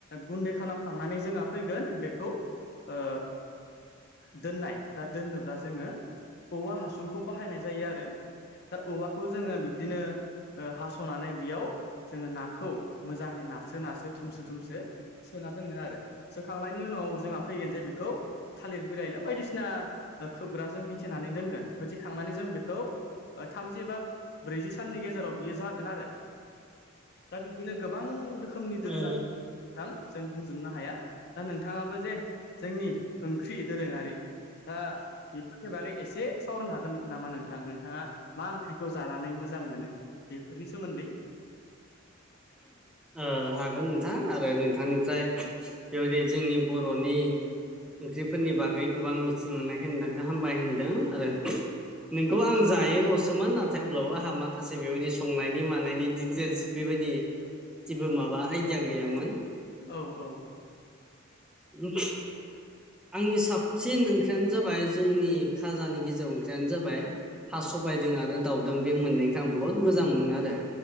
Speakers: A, on the left; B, in the centre.
A: गुन्दै खालामखांनानै जोंहा फैगोन बेखौ ओ दोननाय दा दोननोब्ला जोङो औवा हासुंखौ बाहायनाय जायो आरो। दा औवाखौ जोङो बिब्दिनो ओ हास स'नानै बेयाव जोङो नाखौ मोजाङै नारसो नारसो थुमसो थुमसो सोना दोनगोन आरो सोखांनायनि उनाव जोंहा फैगोन जे बेखौ थालिर बिरायला बायदिसिना खोबग्राजों होेथेनानै दोनगोन होथिखांनानै जों बेखौ थामजि बा ब्रैजि साननि गेजेराव बियो जा गोन आरो दा बिब्दिनो गोबां रोखोमनि दोरोङा
B: ओ, ओ.
A: थां जों बुंजोबनो हाया दा नोंथाङाबो जे जोंनि ओंख्रि दोरोङारि दा बि फोरनि बागै एसे सावरायनो हागोन नामा नोंथां नोंथाङा मा ओंख्रिखौ जानानै मोजां मोनो? फोरनि सोमोन्दै
B: उम हागोन नोंथां आरो नोंथांनिफ्राय बेबायदि जोंनि बर'नि ओंख्रिफोरनि बागै गोबां मिथि मोननाय होननायखो हामबाय होनदों आरो नोंखौ आं जायोल'सोमोन नाथाय अब्लाबो आंहा माखासे बेबायदि संनायनि मानायनि डिटेल्स बेबाय बि जेबो माबा आइदिया गैयामोन।
A: औ औ।
B: बि आंनि साबसिन ओंख्रियानो जाबाय जोंनि खाजानि गेजेराव ओंख्रियानो जाबाय हा सबायदों आरो दाउदों बे मोननैखो आं बहत मोजां मोनो आरो।